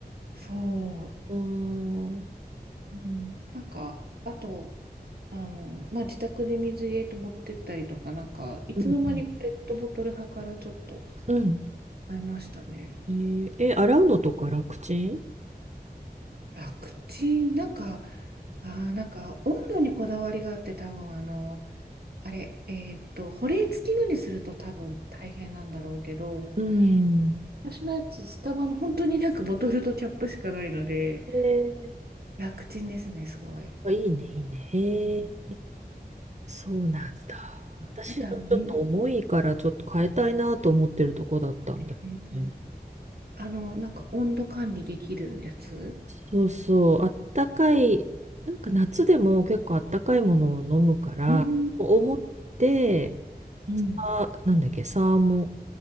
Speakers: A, on the right; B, on the right.
A: そ
B: うーん。うん
A: う、うん、なんか、あと、あの、まあ、自宅で水入れと持ってったりとか、なんか、いつの間にかペットボトル派からちょっと
B: うんうん。
A: 買いましたね。
B: えーえ、洗うのとか楽ちん
A: 楽ちん、なんか、あー、なんか、温度にこだわりがあって、多分あの、あれ、えーっと、保冷付きのにすると多分大変なんだろうけど、
B: うん。
A: 私のやつ、スタバの本当になんかボトルとキャップしかないので、
B: ええ
A: 楽ちんですね、すごい。
B: あいいね、いいね。へえ。
A: うん、
B: そうなんだ。私のちょっと重いからちょっと変えたいなと思ってるとこだったんだよね。
A: あと、あの、水、えーあの、なんか温度管理できるやつ。
B: そうそう、あったかい、なんか夏でも結構あったかいものを飲むから、
A: うん、
B: 思って、
A: うん。
B: さ、なんだっけ、サーモ、